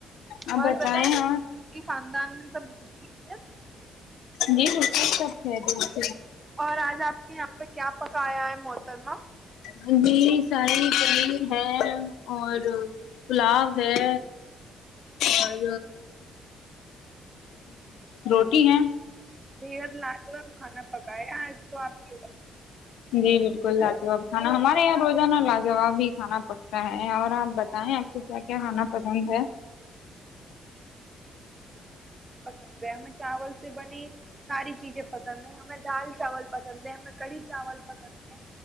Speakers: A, on the left (about 85°); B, on the right (about 20°).
A: آپ
B: اور
A: بتائیں
B: آپ
A: اور
B: کے خاندان میں سب ٹھیک ہے؟
A: جی روٹی سب <unintelligible>
B: اور آج آپ کے یہاں پہ کیا پکایا ہے محترمہ
A: ہاں جی یہی سارے پنیر ہے اور پلاؤ ہے اور روٹی ہے
B: بحد لاالو آپ کھانا پکایا آج تو آپ کے
A: جی بالکل لاجواب کھانا ہمارے یہاں روزانہ لاجاب ہی کھانا پکتا ہے اور آپ بتائیں آپ کو کیا کیا کھانا پسند ہے
B: ند ہمیں چاول سے بنی ساری چیزیں پسند ہے ہمیں دال چاول پسند ہے ہمیں کڑھی چاول پسند ہے